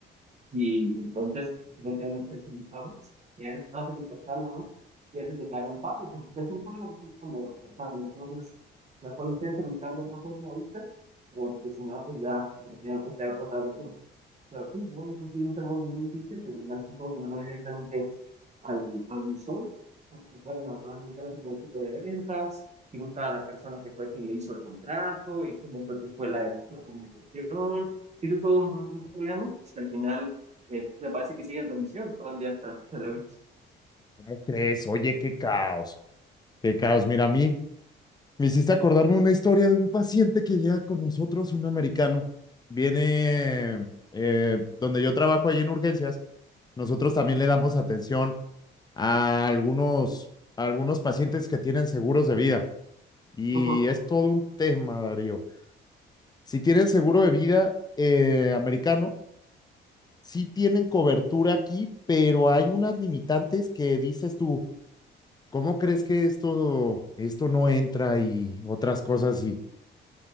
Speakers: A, on the right (about 35°); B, on the left (about 20°).
A: Y entonces, entonces ya nos presentamos, y antes antes de tocarlo, ¿no? Y antes de caer un pago, porque si es un pago, pues es como aceptarlo. Entonces, la cual intento buscando otra forma ahorita, porque si no, pues ya, no tiene que estar pasando. Pero sí, no, no tiene un termo muy difícil, pero casi todo se mandó directamente al, al visor. Empezaron a hablar directamente del tipo de ventas, buscar a la persona que fue quien le hizo el contrato y cómo fue que fue la, la comunicación. Tiene todo un, un- un programa. Al final, eh, me parece que sigue en revisión todo el día hasta, hasta la vez.
B: ¿Cómo crees? Oye, qué caos. Qué caos. Mira, a mí Me hiciste acordarme una historia de un paciente que llega con nosotros, un americano. Viene eh, donde yo trabajo ahí en urgencias. Nosotros también le damos atención a algunos, a algunos pacientes que tienen seguros de vida. Y
A: Ujú,
B: es todo un tema, Darío. Si tienen seguro de vida eh, americano, sí tienen cobertura aquí, pero hay unas limitantes que dices tú, ¿cómo crees que esto, esto no entra y otras cosas? Y